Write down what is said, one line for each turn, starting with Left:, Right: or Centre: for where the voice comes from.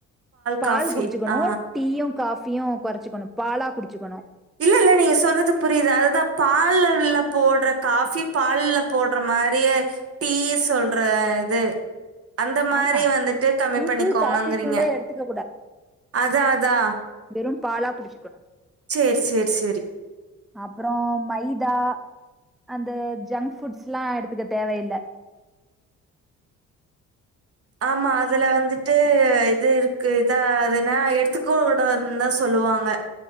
Centre: பால்
Right: காஃபி.
Centre: குடுச்சுக்கணு
Right: ஆ.
Centre: டீயு காஃபியு கொறச்சுக்கணு பாலா குடுச்சுக்கணு
Right: இல்ல இல்ல நீங்க சொல்றது புரியுது அதுதா பால்லெல்ல போட்ற காஃபி பால்ல போட்ற மாரியே டீ சொல்ற இது அந்த மாரி
Centre: ஆமா
Right: வந்துட்டு கம்மி
Centre: டீ
Right: பண்ணிக்கோங்கங்கிறீங்க
Centre: தூள் காஃபி தூளே எடுத்துக்க
Right: அதா அதா
Centre: வெறு பாலா குடிச்சுக்கணு
Right: சேர் சேர் சேரி
Centre: அப்பறோ மைதா அந்த ஜங்க் ஃபுட்ஸ்லா எடுத்துக்க தேவயில்ல
Right: ஆமா அதுல வந்து டு இது இருக்கு இதா அதுனா எடுத்துக்கோங்கடான் தா சொல்லுவாங்க